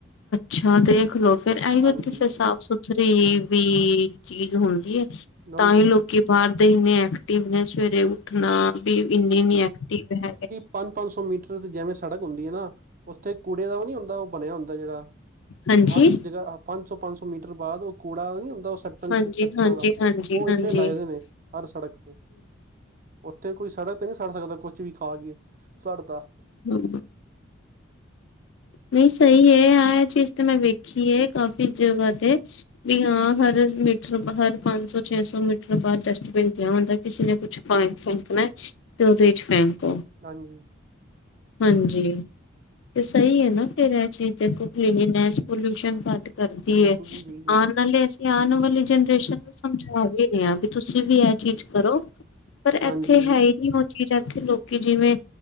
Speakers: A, on the left (about 65°); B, on the right (about 45°).
A: ਛਾ ਦੇਖਲੋ ਫੇਰ ਐਹੀ ਬੀ
B: ਹਾਂਜੀ
A: ਓਥੇ ਫੇਰ ਸਾਫ਼-ਸੁਥਰੀ ਬੀ ਚੀਜ਼ ਹੁੰਦੀ ਏ।
B: ਉਹੀ
A: ਤਾਂ
B: ਤੇ
A: ਈ ਲੋਕੀ ਬਾਰ ਦੇ ਇਨੇ ਐਕਟਿਵ ਨੇ, ਸਵੇਰੇ ਉੱਠਣਾ ਵੀ ਇੰਨੀ ਨੀ ਐਕਟਿਵ ਹੈਗ
B: ਪੰਜ-ਪੰਜ ਸੌ ਮੀਟਰ ਤੇ ਜੈਵੇਂ ਸੜਕ ਹੁੰਦੀ ਏ ਨਾ ਓਥੇ ਕੂੜੇ ਦਾ ਨੀ ਹੁੰਦਾ ਓਹ ਬਣਿਆ ਹੁੰਦੈ ਜੇੜਾ
A: ਹਾਂਜੀ,
B: ਹਰ ਜਗ੍ਹਾ ਪੰਜ ਸੌ-ਪੰਜ ਸੌ ਮੀਟਰ ਬਾਦ ਓਹ ਕੂੜਾ ਨੀ ਹੁੰਦਾ ਸੱਟਣ
A: ਹਾਂਜੀ,
B: ਚ ਸੱਟਣ
A: ਹਾਂਜੀ,
B: ਆਲਾ
A: ਹਾਂਜੀ,
B: ਓਹ
A: ਹਾਂਜੀ
B: ਇੰਨੇ ਲਾਏ ਦੇ ਨੇ ਹਰ ਸੜਕ ਤੇ। ਤੇ ਕੋਈ ਸੜਕ ਤੇ ਨੀ ਸਟ ਸਕਦਾ ਕੁਛ ਵੀ ਖਾ ਕੇ ਸਟ ਤਾ।
A: ਹੂੰ। ਨੀ ਸਹੀ ਏ, ਆ ਏਹ ਚੀਜ਼ ਤੇ ਮੈਂ ਵੇਖੀ ਏ ਕਾਫ਼ੀ ਜਗ੍ਹਾ ਤੇ ਬੀ ਹਾਂ, ਹਰ ਮੀਟਰ ਹਰ ਪੰਜ ਸੌ-ਛੇ ਸੌ ਮੀਟਰ ਬਾਦ ਡਸਟਬਿਨ ਪਿਆ ਹੁੰਦੈ। ਕਿਸੇ ਨੇ ਕੁਛ ਭਾਏਂ ਫੈਂਕਣੈ ਤੇ ਓਹਦੇ ਚ ਫੈਂਕੋ।
B: ਹਾਂਜੀ।
A: ਹਾਂਜੀ ਤੇ ਸਈ ਐ ਨਾ ਫੇਰ ਐ ਚੀਜ਼ ਦੇਖੋ ਹਿਮੀਨੈਜ਼ ਪੋਲਿਊਸ਼ਨ ਘੱਟ ਕਰਦੀ
B: ਬਿਲਕੁਲ
A: ਐ
B: ਜੀ ਬਿਲਕੁਲ
A: ਆਣ ਵਾਲੇ ਆਣ ਵਾਲੀ ਜਨਰੇਸ਼ਨ ਨੂੰ ਸਮਝਾ ਵੀ ਰੇ ਆ ਵੀ ਤੁਸੀ ਵੀ ਐ ਚੀਜ਼ ਕਰੋ। ਪਰ ਏਥੇ
B: ਹਾਂਜੀ
A: ਹੈ ਈ ਨਈ ਓ ਚੀਜ਼ ਏਥੇ ਲੋਕੀ ਜਿਵੇਂ